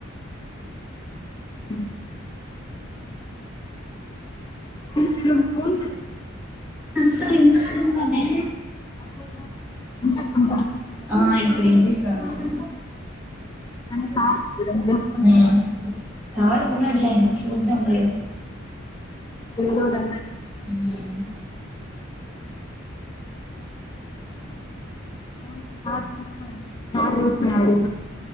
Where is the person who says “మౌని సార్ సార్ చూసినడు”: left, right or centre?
Left